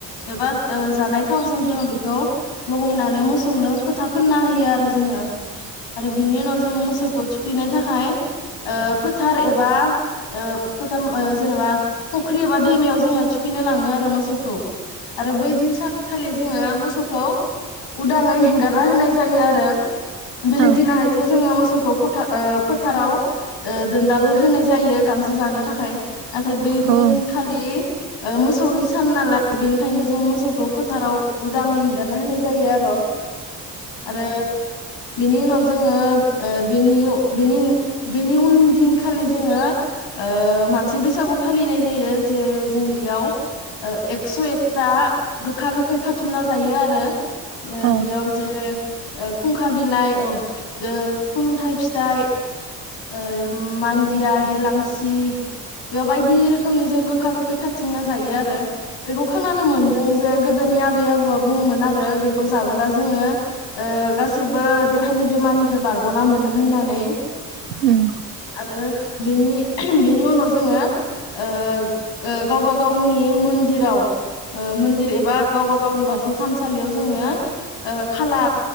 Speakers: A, on the left; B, on the right.
A: एबा ओ जानाय थावजों जोङो बेखौ लगायनानै मोसौनो फोथा फोनना होयो आरो जोङो आरो बिनि उनाव जों मोसौखौ थुखैनो थाखाय ओ फोथार एबा ओ फोथारम ओ जेनेबा फुख्रि एबा दैमायाव जोङो थुखैनो लाङो आरो मोसौखौ आरो बै दिन सान खालि जोङो मोसौखौ उदाङै हेंगारना होनाय जायो आरो बेलेग
B: औ
A: दिनाहयथ जों मोसौ फोरखौ फोथा ओ फोथाराव ओ दोनदाल होनाय जायो गांसो जानो थाखाय नाथाय बै
B: उम
A: दिनखालि ओ मोसौनि सान नालाय बेनिखायनो जों मोसौखौ फ फोथाराव उदाङै हेंगारना होनाय जायो आर' आरो बेनि उनाव जोङो ओ बेनिउ-बोनिउ बेनि उन दिनखालि जोङो ओ मानसि बैसागु फालिनाय जायो जे जों बेयाव ओ एकस' एकथा गो गोखा गोखै खाथुमना जायो आरो ओ
B: औ उम औ
A: बेयाव जे ओ खुंखा बिलाइ औ खुन्थाइ फिथाइ ओ मान्दिया हेलांसि बेयाव बायदि रोखोमनि जों गोखा गोखै खाथिंना जायो आरो बेखौ खोनानो मोनदों जे गोदोनि आबै आबौआ बुङोमोन आरो बेखौ जाबोला जोङो ओ गासिबो देहानि बेमारनिफ्राय बारग'ना मोनो होननानै।
B: उम।
A: आरो बेनि-बेनि उनाव जोङो ओ ओ गावबा गावनि मन्दिराव मन्दिर एब बा गावबा गावनि बाथौ थानसालियाव जोङो ओ खाला